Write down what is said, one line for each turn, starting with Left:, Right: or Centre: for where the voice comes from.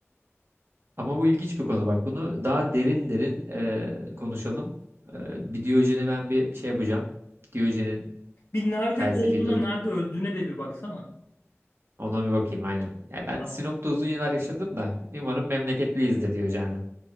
Right: Ama bu ilginç bir konu bak. Bunu daha derin derin e, konuşalım. E, bir Diyojen'i ben bir şey yapacağım. Diyojen'in
Left: Bir nerede
Right: felsefi
Left: doğduğuna,
Right: dur
Left: nerede öldüğüne de bir baksana.
Right: ona bir bakayım aynen. Ya ben
Left: Tamam.
Right: Sinop'ta uzun yıllar yaşadım da umarım memleketliyizdir Diyojen'le.